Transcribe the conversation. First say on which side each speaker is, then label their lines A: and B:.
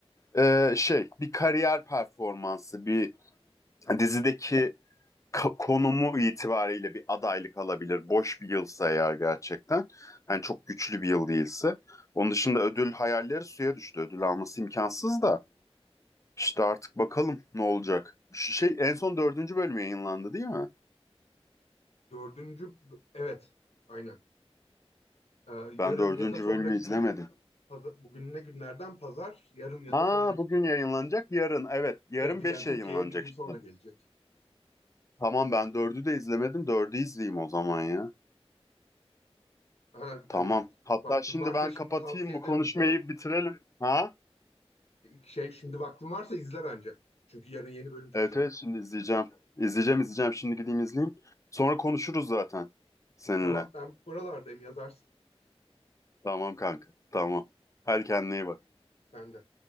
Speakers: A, on the left; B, on the left.
A: e, şey bir kariyer performansı, bir dizideki ka- konumu itibariyle bir adaylık alabilir. Boş bir yılsa eğer gerçekten. Yani çok güçlü bir yıl değilse. Onun dışında ödül hayalleri suya düştü. Ödül alması imkansız da. İşte artık bakalım ne olacak. Şey en son dördüncü bölüm yayınlandı değil mi?
B: Dördüncü evet aynen. Ee, yarın
A: Ben dördüncü
B: ya da sonraki
A: bölümü izlemedim.
B: gün paza- bugün ne günlerden pazar yarın ya
A: Ha
B: da sonraki
A: bugün
B: gün
A: yayınlanacak yarın. Evet yarın
B: e, bir-
A: beş
B: yani Türkiye'ye
A: yayınlanacak
B: bir gün
A: işte.
B: sonra gelecek.
A: Tamam ben dördü de izlemedim. Dördü izleyeyim o zaman ya.
B: Ha,
A: Tamam.
B: evet,
A: Hatta
B: vaktin
A: şimdi
B: varsa
A: ben
B: şimdi
A: kapatayım
B: tavsiye
A: bu
B: ederim
A: konuşmayı
B: izlemeni.
A: bitirelim. Ha?
B: Şey şimdi vaktin varsa izle bence. Çünkü yarın yeni bölüm çıkacak.
A: Evet evet şimdi izleyeceğim. İzleyeceğim izleyeceğim. Şimdi gideyim izleyeyim. Sonra konuşuruz zaten seninle.
B: Tamam ben buralardayım yazarsın.
A: Tamam kanka. Tamam. Hadi kendine iyi bak.
B: Sen de.